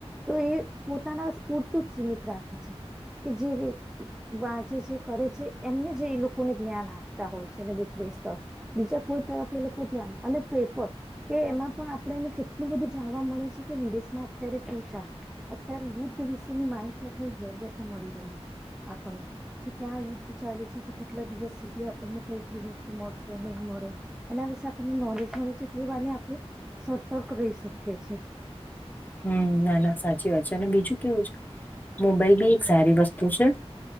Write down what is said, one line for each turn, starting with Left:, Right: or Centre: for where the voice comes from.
Centre: તો એ પોતાના સ્ફૂરતું જ સીમિત રાખે છે કે જે વાંચે છે કરે છે એમને જે એ લોકોને જ્ઞાન આપે હોય બક વ બીજા કોઈ તરફ એ લોકો ધ્યાન અને પેપર કે એમાં પણ આપણેને કેટલું બધું જાણવા મળે છે કે વિદેશમાં અત્યારે શું ચાલે અત્યારે યુદ્ધ વિશેની માહિતી આપણે ઘેર બેઠા મળી રહી છે આપણને કે ત્યાં યુદ્ધ ચાલે છે તો કેટલા દિવસ સુધી ને ખઈલી ગ મરશે નહીં મરે એના વિશે આપણને નોલેજ મળે છે એ એ વાને આપણે સતર્ક રહી શકીએ છ છેીએ
Left: હમ ના ના સાચી વા છે અને બીજું કેવું છે મોબાઈલ બી એક સારી વસ્તુ છે